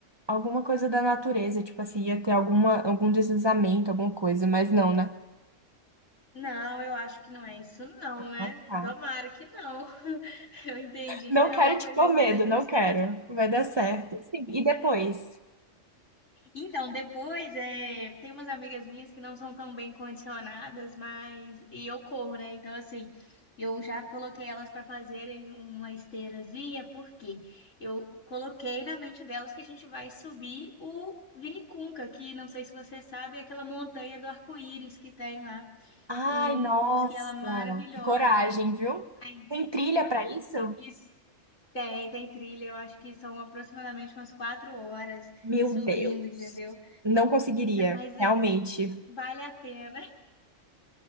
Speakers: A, on the right (about 25°); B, on the left (about 80°).
A: alguma coisa da natureza, tipo assim, ia ter alguma, algum deslizamento, alguma coisa, mas não, né?
B: Não, eu acho que não é isso não, né?
A: Ah, tá.
B: Tomara que não. <laughs> Eu entendi
A: Não
B: que era
A: quero
B: alguma coisa
A: te pôr
B: a respeito
A: medo,
B: da administração.
A: não quero. Vai dar certo. Sim, e depois?
B: Então, depois, é, tem umas amigas minhas que não são tão bem condicionadas, mas. E eu corro, né? Então, assim, eu já coloquei elas para fazerem uma esteirazinha, porque eu coloquei na mente delas que a gente vai subir o Vinicunca, que não sei se você sabe, é aquela montanha do arco-íris que tem lá
A: Ai,
B: em
A: nossa,
B: Cusco, e ela é maravilhosa.
A: que coragem, viu?
B: Aí,
A: Tem trilha pra isso?
B: isso. Tem, tem trilha, eu acho que são aproximadamente umas quatro horas
A: Meu
B: subindo,
A: Deus.
B: entendeu?
A: Não conseguiria,
B: Então, mas
A: realmente.
B: Vale a pena.